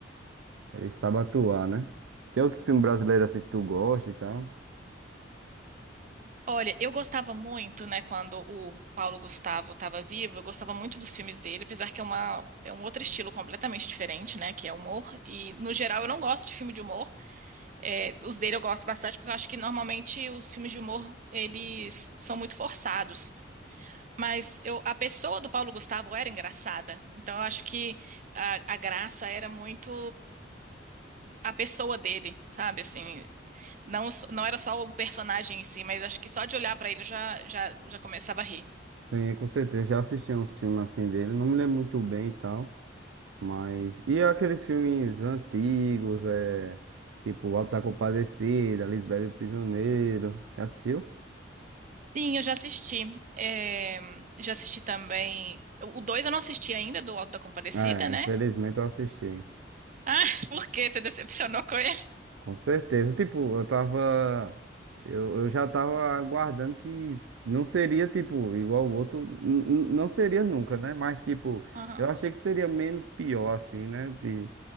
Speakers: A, on the right (about 85°); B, on the right (about 40°).
A: ele sabe atuar, né? Tem outros filmes brasileiros assim que tu gosta e tal.
B: Olha, eu gostava muito, né, quando o Paulo Gustavo estava vivo, eu gostava muito dos filmes dele, apesar que é uma, é um outro estilo completamente diferente, né, que é humor. E, no geral, eu não gosto de filme de humor. É, os dele eu gosto bastante porque eu acho que normalmente os filmes de humor eles são muito forçados. Mas eu, a pessoa do Paulo Gustavo era engraçada. Então eu acho que a, a graça era muito a pessoa dele, sabe? Assim, não, s- não era só o personagem em si, mas acho que só de olhar pra ele eu já, já, já começava a rir.
A: Sim, com certeza. Já assisti uns filmes assim dele. Não me lembro muito bem e tal. Mas. E aqueles filmes antigos, é. Tipo, O Auto da Compadecida, Lisbela e o Prisioneiro. Já assistiu?
B: Sim, eu já assisti. É, já assisti também. O 2 eu não assisti ainda, do Alto da Compadecida,
A: É,
B: né?
A: infelizmente eu assisti.
B: Ah, <laughs> por quê? Você decepcionou com ele?
A: Com certeza. Tipo, eu tava. Eu, eu já tava aguardando que não seria, tipo, igual o outro. N- n- Não seria nunca, né? Mas, tipo,
B: Aham.
A: eu achei que seria menos pior, assim, né? De...